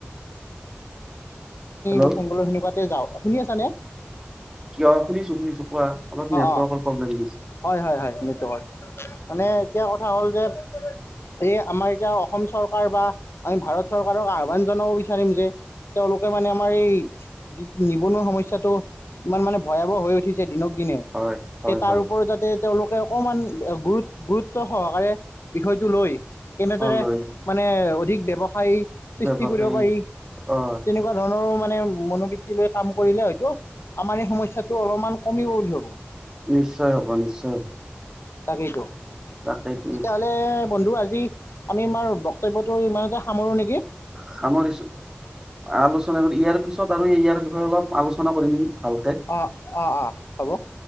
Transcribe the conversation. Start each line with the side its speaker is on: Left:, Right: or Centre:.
Right: হেল্ল'
Left: ব চেংগলৰ সেনেকুৱা যাওঁ শুনি আছনে?
Right: কিয় শুনিছোঁ শুনিছোঁ। পোৱা, অলপ নেটৱৰ্কৰ
Left: অঁ
Right: প্ৰব্লেম দিছে।
Left: হয় হয় হয় নেটৱৰ্কৰ। মানে এতিয়া কথা হ'ল যে এই আমাৰ এতিয়া অসম চৰকাৰ বা, আমি ভাৰত চৰকাৰক আহ্বান জনাব বিচাৰিম যে তেওঁলোকে মানে আমাৰ এই নি নিবনুৱা সমস্যাটো ইমান মানে ভয়াৱহ হৈ উঠিছে দিনক কিনে
Right: হয় হয়
Left: সেই তাৰ
Right: হয়
Left: ওপৰত, যাতে তেওঁলোকে অকণমান গুৰুত গুৰুত্ব সহকাৰে বিষয়টো লৈ কেনেদৰে
Right: অ লৈ
Left: মানে অধিক ব্যৱসায়ী সৃষ্টি
Right: ব্যৱসায়ী
Left: কৰিব পাৰি,
Right: অ
Left: তেনেকুৱা ধৰণৰো মানে মনোবৃত্তি লৈ কাম কৰিলে হয়টো আমাৰ এই সমস্যাটো অলপমান কমিব বুলি ভবো।
Right: নিশ্চয় হ'ব নিশ্চয়।
Left: তাকেই তো।
Right: তাকেইতো
Left: তেতিয়াহলে, বন্ধু আজি আমি আমাৰ বক্তব্যটো ইমানতে সামৰো নেক
Right: সামৰিছো, আলোচনা কৰি ইয়াৰ পিছত আৰু ইয়াৰ বিষয়ে অলপ আলোচনা কৰিম। ভালকে,
Left: অঁ অঁ অঁ হ'ব